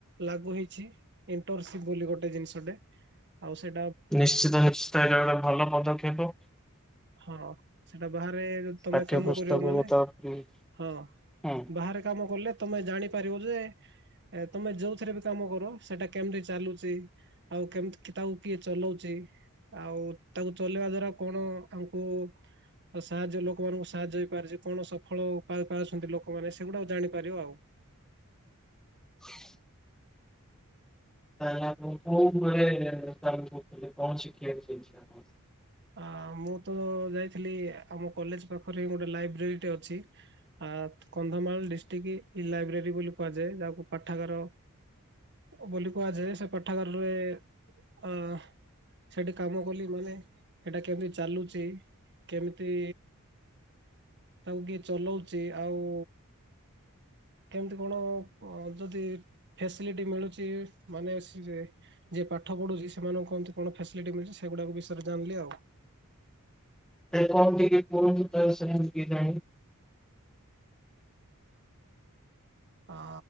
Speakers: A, on the right; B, in the centre.
A: ଲାଗୁ ହେଇଛି। ଇଣ୍ଟନସିପ ବୋଲି ଗୋଟେ ଜିନିଷଟେ, ଆଉ ସେଟା
B: ନିଶ୍ଚିତ ନିଶ୍ଚିତ ଏଇଟା ଗୋଟେ ଭଲ ପଦକ୍ଷେପ।
A: ହଁ ସେଟା ବାହାରେ ତମେ
B: ପାଠ୍ୟ
A: କାମ
B: ପୁସ୍ତକକୁ
A: କରିବ ମାନେ,
B: ତ ହୁଁ
A: ହଁ,
B: ତାହେଲେ
A: ବାହାରେ କାମ କଲେ ତମେ ଜାଣିପାରିବ ଯେ ଏ ତମେ ଯୋଉଥିରେ ବି କାମ କର ସେଟା କେମିତି ଚାଲୁଛି, ଆଉ କେମତି ତାକୁ କିଏ ଚଲଉଛି, ଆଉ ତାକୁ ଚଲେଇବା ଦ୍ଵାରା କଣ ଆମକୁ ଆଉ ସାହାଯ୍ୟ ଲୋକମାନଙ୍କୁ ସାହାଯ୍ୟ ହେଇପାରୁଛି। କଣ ସଫଳପାଉଛନ୍ତି ଲୋକମାନେ, ସେଗୁଡା ଜାଣିପାରିବ ଆଉ।
B: <inaudible> ଆଣ କୋଉ ଘରେଥିଲେ କଣ ଶିଖିବାକୁ।
A: ଆ ମୁଁ ତ ଯାଇଥିଲି ଆମ କଲେଜ ପାଖରେ ହିଁ ଗୋଟେ ଲାଇବ୍ରେରୀଟେ ଅଛି। ଆ କନ୍ଧମାଳ ଡିଷ୍ଟ୍ରିକ୍ଟ ଇ ଲାଇବ୍ରେରୀ ବୋଲି କୁହାଯାଏ। ଯାହାକୁ ପାଠାଗାର ବୋଲି କୁହାଯାଏ ସେ ପାଠାଗାରରେ ଅ ସେଠି କାମ କଲି ମାନେ ସେଟା କେମିତି ଚାଲୁଛି, କେମିତି ତାକୁ କିଏ ଚଲଉଛି ଆଉ କେମିତି କଣ ଯଦି ଫେସିଲିଟି ମିଳୁଛି ମାନେ ଯିଏ ପାଠ ପଢୁଛି ସେମାନଙ୍କୁ କେମିତି କଣ ଫ୍ୟାସିଲିଟି ମିଳୁଛି ସେଗୁଡ଼ାକ ବିଷୟରେ ଜାଣିଲି ଆଉ।
B: କାଇଁ କଣ ଟିକେ କୁହନ୍ତୁ ତା ବିଷୟରେ ମୁଁ ବି ଟିକେ ଜାଣି
A: ଆ